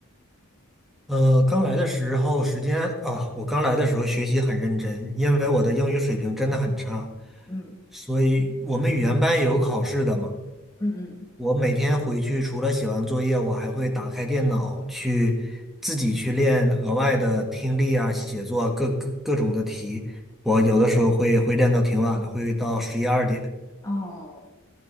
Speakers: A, in the centre; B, on the left.
A: 呃，刚来的时候时间啊，我刚来的时候学习很认真，因为我的英语水平真的很差，
B: 嗯
A: 所以我们语言班也有考试的嘛。
B: 嗯嗯，
A: 我每天回去除了写完作业，我还会打开电脑去自己去练额外的听力啊、写作啊各各各种的题。我有的时候会会练到挺晚的，会到十一二点。
B: 哦，